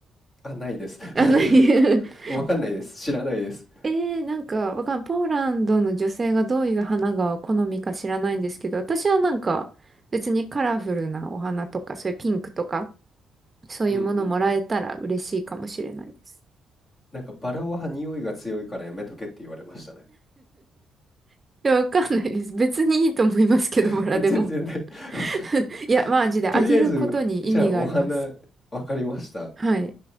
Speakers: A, on the left; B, on the right.
A: あ、ないです。
B: あ、ない。
A: <laughs>
B: <laughs>
A: わかんないです。知らないです。
B: えー、なんかわかんポーランドの女性がどういう花が好みか知らないんですけど、私はなんか別にカラフルなお花とか、そういうピンクとか、そういうものもらえたら嬉しいかもしれないです。
A: うんうん。なんかバラは匂いが強いからやめとけって言われましたね。
B: や、わかんないです。別にいいと思いますけど、
A: <laughs>
B: バラでも。
A: 全然ない
B: <laughs>
A: <laughs>
B: いや、マジで、
A: とりあえず、
B: あげることに意味があります。
A: じゃあお花わかりました。
B: はい。